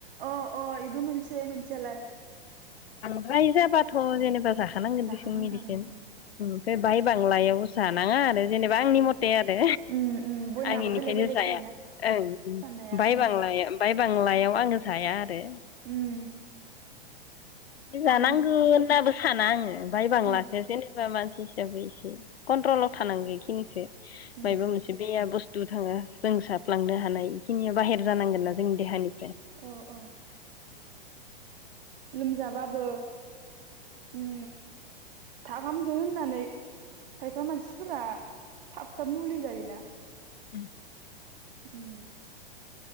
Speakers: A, on the right; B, on the left.
A: अ अ बेबो मोनसे मोनसेयालाय
B: राय जाबाथ' जेनेबा जाखानांगोन
A: जाखानांखागोन
B: देसन मेडिसिन
A: उम
B: ओमफ्राय बाय बांलायावबो सानाङा आरो जेनेबा आंनि म'थ ते आरो
A: उम उम बयनाबो
B: आं इनिखायनो
A: बेलेग बेलेग
B: जाया
A: थायोना
B: ओं
A: साननाया
B: बायबांला
A: उम
B: बाय बांलायाव। आङो जाया आरो
A: उम
B: जानांगोन
A: आरो
B: होनाबो साना आङो बायबांलाखो
A: उम
B: जेनेबा मानसि हिसाबै एसे कन्ट्रलाव थानांगौ इखिनिखो
A: उम
B: बायबा मोनसे बेआ बुस्थु थु थाङो जों जाफ्लांनो हानाय इखिनिया बाहेर जानांगोन ना जोंनि देहानि
A: औ औ लोमजाबाबो उम थाब हामथों होननानै खायफा मानसिफोरा थाब थाब मुलि जायोना
B: उम
A: उम